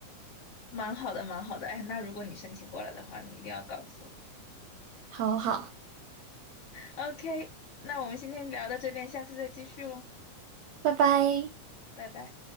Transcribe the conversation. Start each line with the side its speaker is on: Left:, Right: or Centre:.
Left: 蛮好的，蛮好的。哎，那如果你申请过来的话，你一定要告诉我。
Right: 好好，
Left: OK，那我们今天聊到这边，下次再继续喽，
Right: 拜拜。
Left: 拜拜。